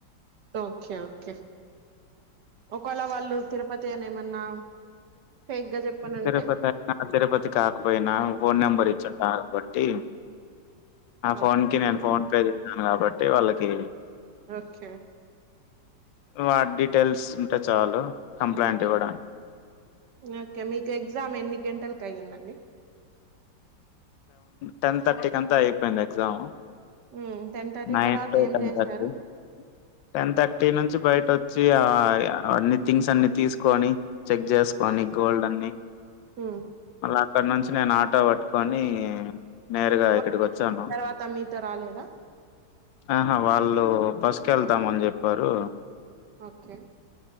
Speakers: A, on the right; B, on the left.
A: ఓకే ఓకే ఒకవేళ వాళ్ళు తిరుపతి అని ఏమన్నా ఫేక్ గా చెప్పనంటే
B: తిరుపతి అయినా తిరుపతి కాకపోయినా ఫోన్ నెంబర్ ఇచ్చుంటారు బట్టి ఆ ఫోన్
A: ఓకే
B: కి
A: అండి.
B: నేను ఫోన్ పే చేష్ణన్ కాబట్టి వాళ్ళకి
A: ఓకే
B: వా డీటెయిల్స్ ఉంటే చాలు కంప్లైంట్ ఇవ్వడనికి
A: ఓకే మీకు ఎగ్జామ్ ఎన్ని గంటలకు అయ్యిందండి
B: టెన్ థర్టీ కి అంతా అయిపోయింద్ ఎగ్జాము
A: ఉమ్ టెన్ థర్టీ
B: నైన్
A: తర్వాత
B: టు
A: ఏం
B: టెన్
A: చేశారు
B: తర్టీ టెన్ తర్టీ నుంచి బయట ఇటోచి ఆ అన్ని తింగ్స్ అన్ని తీస్కొని చెక్ చేస్కొని గోల్డ్ అన్ని
A: హ
B: అక్కడ్ నుంచి నేన్ ఆటో వట్టుకొని నేరుగా
A: వాళ్ళు
B: ఇక్కడికి ఒచ్చాను
A: తర్వాత మీతో రాలేదా
B: ఆహా వాళ్ళు బస్కు ఏళ్తామని చెప్పారు
A: ఓకే